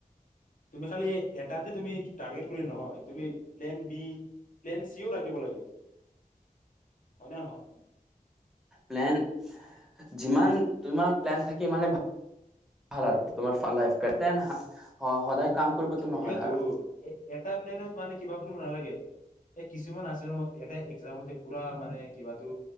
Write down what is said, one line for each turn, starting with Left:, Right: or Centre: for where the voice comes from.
Left: তুমি খালি এটাতে তুমি টাৰগেত কৰি নহয় তুমি প্লেন বি প্লেন চি ও ৰাখিব লাগে হয় ন নহয়
Centre: প্লেন যিমান তোমাৰ প্লেন থাকি মানে ভাল আৰু তোমাৰ লাইফ টাইম সদায় কাম কৰিবতো
Left: এইটোয়েতো
Centre: নহয় আৰু
Left: এ এটা প্লেনত মানে কিবাব নালাগে এ কিছুমান আছে ন এটা একজামতে পুৰা মানে কিবাটো